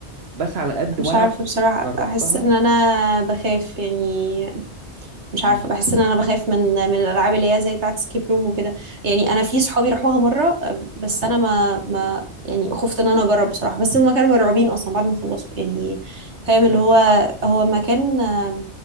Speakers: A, on the right; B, on the right.
A: بس على قد
B: مش
A: وأنا
B: عارفه بصراحه
A: جربتها
B: احس ان انا بخاف يعني مش
A: مم،
B: عارفه بحس ان انا بخاف من من الالعاب اللي هي زي بتاعه سكيب روم وكده يعني انا في صحابي راحوها مره آه، بس انا ما ما يعني خفت ان انا اجرب بصراحه بس هما كانوا مرعوبين اصلا بعد ما خلصوا يعني فاهم اللي
A: مم،
B: هو هو مكان آه،